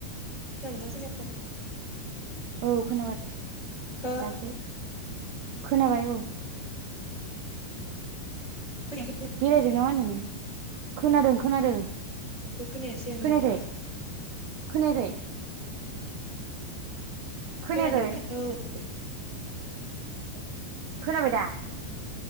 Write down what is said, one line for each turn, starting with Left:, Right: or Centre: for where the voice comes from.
Left: खोनादोंना खोनायाखै?
Right: औ खोनाबाय
Left: हो
Right: दासो खोनाबाय औ।
Left: खोनायाखै?
Right: बेरायदों ना मा होन्दों नों? खोनादों खोनादों।
Left: जेब्बो खोनायासै आं
Right: खोनायाखै
Left: नोंनिखौ।
Right: खोनायाखै? खोनायाखै
Left: खोनादोंना खोनायाखै? औ
Right: खोनाबाय दा?